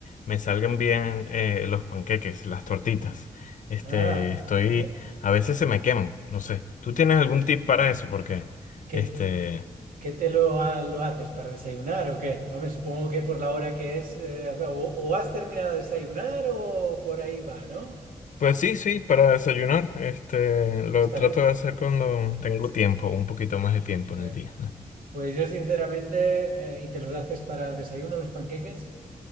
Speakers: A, on the left; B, on the right.
A: me salgan bien eh, los panqueques, las tortitas. Este,
B: Ah,
A: estoy,
B: pe-
A: a veces se me queman, no sé. ¿Tú tienes algún tip para eso? Porque,
B: ¿qué,
A: este,
B: qué te lo, ha- lo haces para desayunar o qué? Vamos, supongo que por la hora que es, eh, o, o has terminado de desayunar o por ahí va, ¿no?
A: pues sí, sí, para desayunar. Este, lo
B: Porque estás...
A: trato de hacer cuando tengo
B: sí,
A: tiempo, un poquito más de tiempo
B: ya.
A: en el día, ¿no?
B: Pues yo sinceramente, eh, ¿y te los haces para desayuno los panqueques?